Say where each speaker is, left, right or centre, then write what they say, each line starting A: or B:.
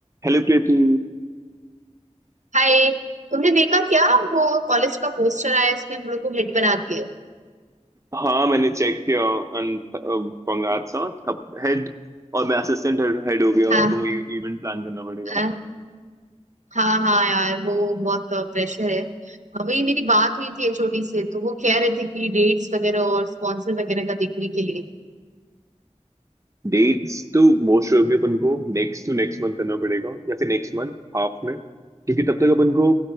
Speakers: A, on the right (about 25°); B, on the right (about 80°).
A: Hello Preeti
B: हाय तुमने देखा क्या वो कॉलेज का पोस्टर आया है, उसने मेरे को हिट बना दिया है
A: हाँ मैंने check किया And congrats अब हेड और मैं असिस्टेंट हेड हेड हो गया हूँ,
B: हाँ
A: अब मुझे इवेंट प्लान करना पड़ेगा
B: हाँ हाँ हाँ यार वो बहुत प्रेशर है हाँ, वही मेरी बात हुई थी एचओडी से तो वो कह रहे थे कि डेट्स वगैरह और स्पॉन्सर वगैरह का देखने के लिए
A: डेट्स तो मोस्ट प्रोबेबली अपन को नेक्स्ट टू नेक्स्ट मंथ करना पड़ेगा या फिर नेक्स्ट मंथ हाफ में क्योंकि तब तक अपन को